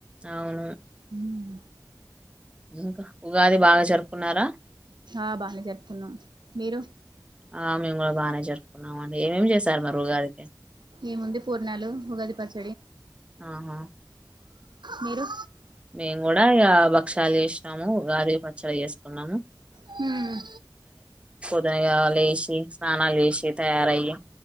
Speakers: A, on the right (about 15°); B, on the right (about 80°).
A: అవును
B: హ్మ్
A: ఇంకా ఉగాది బాగ జరుపుకున్నారా
B: ఆ బానే జరుపుకున్నాం మీరు
A: ఆ మేము కూడా బానె జరుపుకున్నాం అండి ఏమేమి చేస్తా స్తర్ మర్ ఉగాది
B: ఎముంది పూర్ణాలు ఉగాది పచ్చడి
A: ఆహ
B: మీరు
A: మేమ్ కూడా ఇక భక్షాలు చేసినాము ఉగాది పచ్చలు చేసుకున్నాము
B: హుమ్
A: ఉదయా లేసి స్నానాల్ చేసి తయారయ్యి